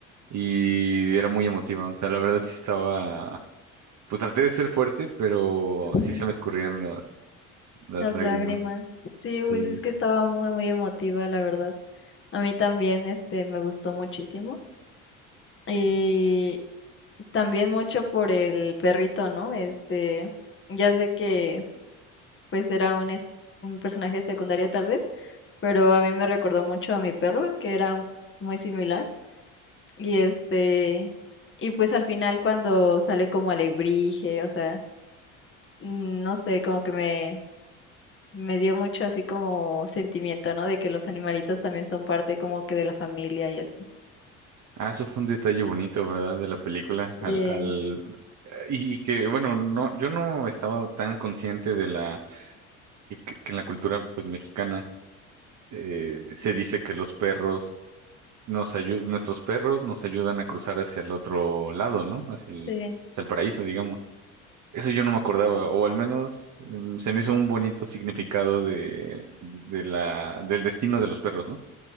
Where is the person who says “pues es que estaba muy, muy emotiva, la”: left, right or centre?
Left